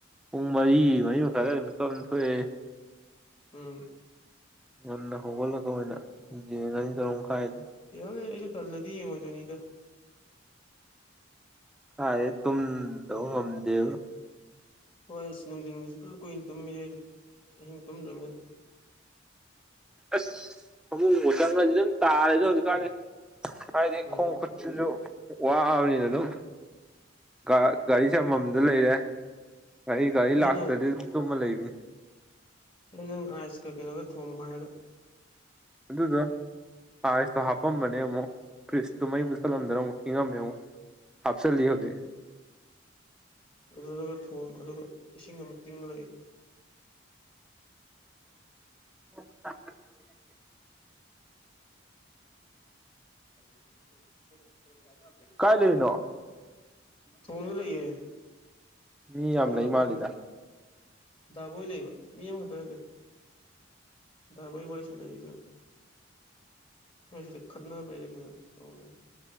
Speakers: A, in the centre; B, on the left (about 30°).
A: ꯄꯨꯡ ꯃꯔꯤ ꯃꯔꯤ ꯃꯈꯥꯏ ꯑꯗꯥꯏꯗ ꯃꯤꯀꯞ ꯑꯗꯨꯝ ꯊꯣꯛꯑꯦ
B: ꯎꯝ
A: ꯉꯟꯅ ꯍꯧꯒꯠꯂꯒ ꯑꯣꯏꯅ ꯌꯦꯡꯉꯅꯤ ꯇꯔꯨꯛ ꯃꯈꯥꯏꯗ꯫
B: <unintelligible> ꯑꯩꯖꯖ ꯇꯜꯂꯗꯤ ꯌꯦꯡꯉꯣꯏꯗꯨꯏꯅꯤꯗ꯫
A: ꯀꯥꯏꯗꯩ ꯇꯨꯝꯗꯕ ꯉꯝꯗꯦꯕ꯫
B: ꯍꯣꯏ ꯑꯁ ꯅꯨꯡꯊꯤꯟꯒꯤꯁꯤ ꯄꯨꯂꯞ ꯀꯨꯏꯅ ꯇꯨꯝꯃꯤꯗꯣꯏꯅꯦ ꯑꯍꯤꯡ ꯇꯨꯝꯗ꯭ꯔꯅꯤꯅ꯫
A: ꯑꯁ! ꯐꯃꯨꯡꯕꯨ ꯃꯇꯪꯒꯁꯤ ꯑꯗꯨꯝ ꯇꯥꯔꯦꯗ ꯍꯧꯖꯤꯛꯀꯥꯟꯗꯤ꯫ ꯍꯥꯏꯗꯤ
B: ꯎꯝ
A: ꯈꯣꯡ ꯈꯨꯠꯁꯤꯖꯨ ꯋꯥꯕꯅꯤꯅ ꯑꯗꯨꯝ ꯒꯥ ꯒꯥꯔꯤ ꯑꯩ ꯑꯃꯃꯝꯗ ꯂꯩꯔꯦ ꯑꯩ ꯒꯥꯔꯤ
B: ꯑꯩꯅ
A: ꯂꯥꯛꯇ꯭ꯔꯗꯤ ꯑꯗꯨꯝ ꯇꯨꯝꯃ ꯂꯩꯕꯅꯤ
B: ꯅꯪ ꯑꯥꯏꯁ ꯀ ꯀꯩꯅꯣꯒ ꯊꯣꯝꯃꯨ ꯍꯥꯏꯔꯒ꯫
A: ꯑꯗꯨꯗꯣ ꯑꯥꯏꯁꯇꯣ ꯍꯥꯞꯄꯝꯕꯅꯦ ꯑꯃꯨꯛ ꯐ꯭ꯔꯤꯁꯇꯨꯃꯩ ꯃꯨꯊꯠꯂꯝꯗꯅ ꯑꯃꯨꯛ ꯏꯪꯉꯝꯃꯦ ꯑꯃꯨꯛ ꯍꯥꯞꯆꯜꯂꯤ ꯍꯧꯖꯤꯛ꯫
B: ꯑꯗꯨꯗꯨ ꯊꯣꯝꯃꯨ ꯑꯗꯨꯒ ꯏꯁꯤꯡ ꯑꯃ ꯇꯤꯡꯉ ꯂꯩ
A: <unintelligible>
B: <unintelligible>
A: ꯀꯥꯏ ꯂꯩꯔꯤꯅꯣ?
B: ꯊꯣꯡꯗ ꯂꯩꯌꯦ꯫
A: ꯃꯤ ꯌꯥꯝ
B: ꯊꯣꯡꯗ
A: ꯂꯩ ꯃꯥꯜꯂꯤꯗ
B: ꯐꯝꯃꯤ ꯗꯥꯕꯣꯏ ꯂꯩꯕ꯭ꯔꫭ ꯃꯤ ꯑꯃꯈꯛꯇ ꯅꯤꯗ꯫ ꯗꯥꯕꯣꯏ ꯋꯥꯔꯤ ꯁꯥꯟꯅꯒꯤꯗꯣꯏꯔꯣ ꯃꯣꯏ ꯁꯤꯗꯥ ꯈꯠꯅꯕꯩꯔ ꯀꯩꯅꯣ ꯇꯧ ꯂꯩꯔꯦ꯫